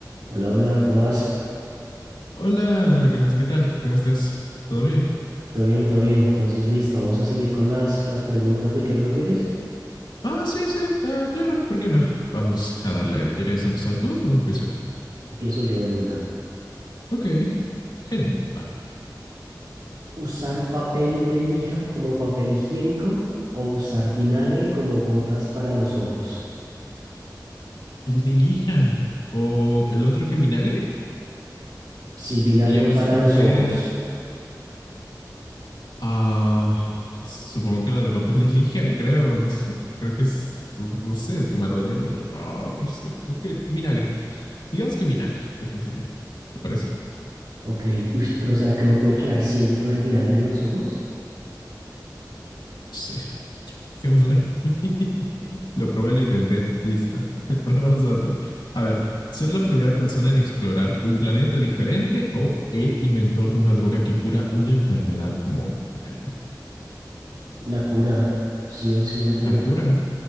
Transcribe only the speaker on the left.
Hola, Nicolás, ¿qué tal? ¿Cómo estás? ¿Todo bien?
Ah, sí, sí, ah, claro, ¿por qué no? Vamos a darle. ¿Quieres empezar tú o empiezo yo?
Ok, genial, va.
El de lija o el otro que vinagre.
Oye, ambas
están
frías.
Ah, supongo que la de papel de lija, creo, no sé. Creo que es, no no sé, es que me ardería el otro. Ay, no sé, creo que el vinagre. Digamos que vinagre, dejémoslo ahí, ¿te parece?
No sé, dejémoslo ahí. <laughs> Lo probé, lo intenté. Listo. <laughs> Probemos otro. A ver, ser la primera persona en explorar un planeta diferente o el inventor de una droga que cura una enfermedad mortal.
La cura.